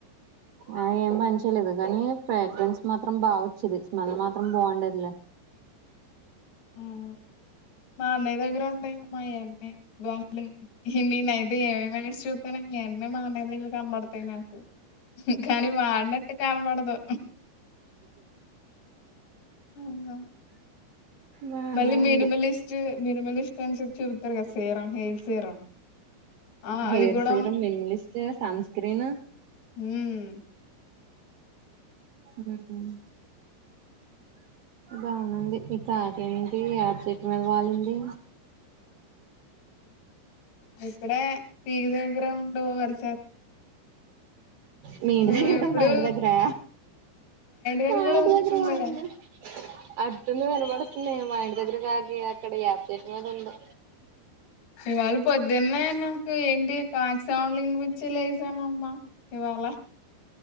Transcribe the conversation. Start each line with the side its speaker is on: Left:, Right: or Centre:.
Right: ఆ ఏం పని చేయ్లేదు కానీ ఫ్రాగ్రెన్స్ మాత్రం బా వచ్చేది స్మెల్ మాత్రం బాగుండేద్లే
Left: <unintelligible> అవును. మా అన్నయ్య దగ్గర ఉంటాయ్ ఏమో ఆయన్నీ <unintelligible> నేనైతే ఏమీ మేడి చూత్తేనే ఎన్న మా అన్నయ్ దగ్గర కనపడతయ్ నాకు కానీ వాడినట్టు కనబడుత దు హ్మ్ ఏంగాదు
Right: బానే
Left: మళ్ళీ మినిమల్స్ట్
Right: ఉంది
Left: మినిమలిస్ట్ అని చెప్పి చూపిత్తారు కదా సీరం హెయిర్ సీరం ఆ అది
Right: హెర్
Left: కూడా
Right: serum minimalist, sunscreen
Left: um
Right: um బాగనె ఉంది ఈ కాకి ఏంటి యాప్చెట్టు మీద వాలింది
Left: ఇక్కడే తీగు దెగ్గర ఉండు వర్
Right: మీ ఇంటి
Left: మేము
Right: దగ్గర
Left: ఎప్పుడు
Right: కాదు మా ఇంటి దగ్గర
Left: దగ్గర
Right: మా
Left: కూడా
Right: ఇంటి
Left: అరుత్తుంది
Right: దగ్గర వాలింది అటు కనబడుస్తుంది మా ఇంటి దగ్గర కాకి ఎ అక్కడ యాప్ చెెెెట్ మీద ఉంది
Left: ఇవాళ పొద్దున్నే నాకు ఏంటి కాక్సౌండ్లు వినిపించి లేసానమ్మా ఇవాళ